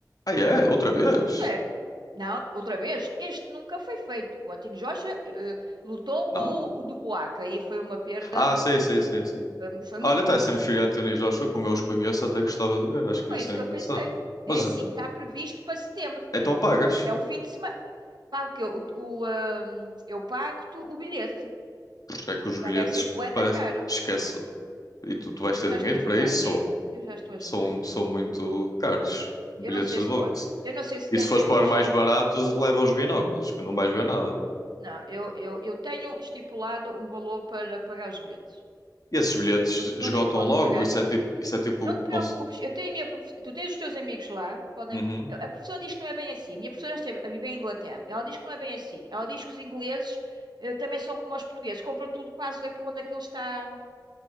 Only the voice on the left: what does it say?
Ah, é? Outra vez?
Não?
Ah, sei,
sei, sei, sim.
Olha,
Tyson Fury e Anthony Joshua, como eu os conheço, até gostava de ver, acho que
ia ser
engraçado.
Mas
os-
então pagas,
porque é que os
bilhetes
pa-
esquece e tu, tu vais ter
dinheiro
para
isso,
são,
são,
são muito caros, bilhetes
de
boxe.
E
se
fores
para os
mais baratos, leva os binóculos, que não vais ver nada.
E esses bilhetes
esgotam
logo,
isso
é tipo, isso é tipo.
cons-
Uhum.